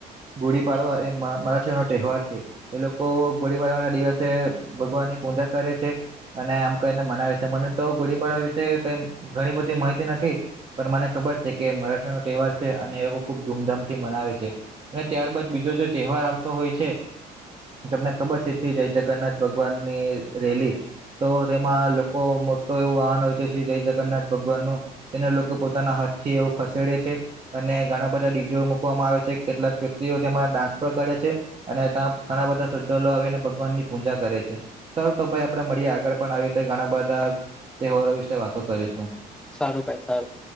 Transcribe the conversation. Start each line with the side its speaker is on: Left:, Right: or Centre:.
Right: ગોળી પાડવા એ મરાઠીઓનો તહેવાર છે. એ લોકો ગોળી પાડવાના દિવસે ભગવાનની પૂજા કરે છે. અને એમ કરીને મનાવે છે મને તો ગોળી પાડવા વિશે કઈ ઘણી બધી માહિતી નથી પણ મને ખબર છે કે મરાઠીઓનો તહેવાર છે. અને એ લોકો ખુબ ધૂમધામથી મનાવે છે. અને ત્યારબાદ બીજો જો તહેવાર આવતો હોય છે. તમને ખબર છે કે જય જગન્નાથ ભગવાન ની રેલી તો તેમાં લોકો મોટું એવું વાહન હોય છે શ્રી જય જગન્નાથ ભગવાનનું તેના લોકો પોતાના હાથ થી એવું ખસેડે છે. અને ઘણા બધા ડી. જેઓ મૂકવામાં આવે છે. કેટલાક વ્યક્તિઓ તેમાં ડાન્સ પણ કરે છે. અને ત્યાં ઘણા બધા શ્રદ્ધાળુ આવીને ભગવાનની પૂજા કરે છે. સારું તો ભાઈ આપણે મળીએ આગળ પણ આવી રીતે ઘણા બધા તહેવારો વિશે વાતો કરીશું.
Centre: સારું ભાઈ સારું